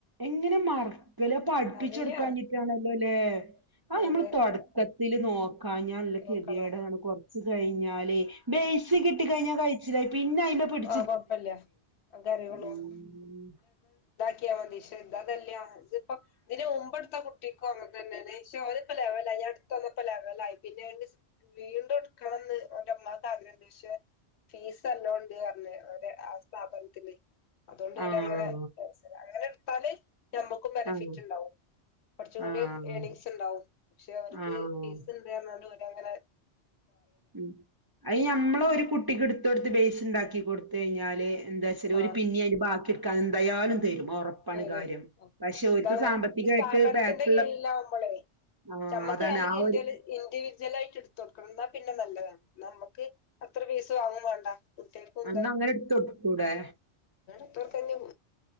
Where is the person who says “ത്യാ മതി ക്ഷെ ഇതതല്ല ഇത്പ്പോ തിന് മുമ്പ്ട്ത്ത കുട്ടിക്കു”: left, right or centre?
Left